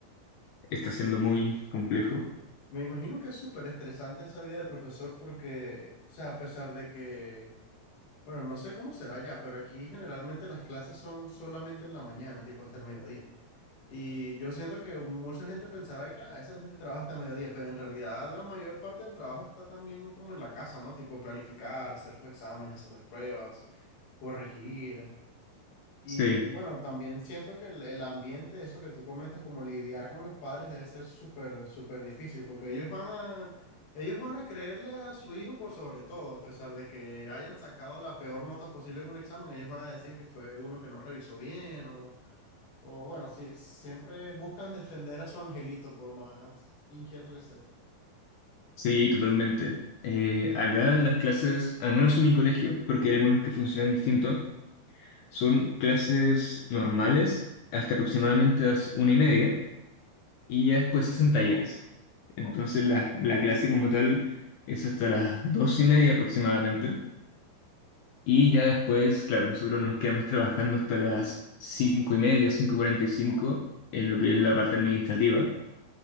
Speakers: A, on the left; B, on the left.
A: está
B: Sí.
A: siendo muy complejo.
B: Me imagino que es súper estresante esa vida de profesor porque, o sea, a pesar de que, bueno, no sé cómo será ya, pero aquí generalmente las clases son solamente en la mañana, tipo hasta el mediodía. Y yo siento que mucha gente pensará que "Ah, esa gente trabaja hasta mediodía, pero en realidad la mayor parte del trabajo está también como en la casa, ¿no? Tipo planificar, hacer los exámenes, hacer las pruebas, corregir. Y
A: Sí,
B: bueno, también siento que el, el ambiente, eso que tú comentas, como lidiar con los padres debe ser súper, súper difícil, porque ellos van a, ellos van a creerle a su hijo por sobre todo, a pesar de que hayan sacado la peor nota posible en un examen, ellos van a decir que fue uno que no revisó bien o o bueno, sí, siempre buscan defender a su angelito por más inquieto que sea.
A: sí, totalmente. Eh, acá las clases, al menos en mi colegio, porque hay algunos que funcionan distinto, son clases normales hasta aproximadamente las una y media y ya después hacen talleres. Entonces la, la clase como tal es hasta las dos y media aproximadamente y ya después, claro, nosotros nos quedamos trabajando hasta las cinco y media, cinco cuarenta y cinco en lo que es la parte administrativa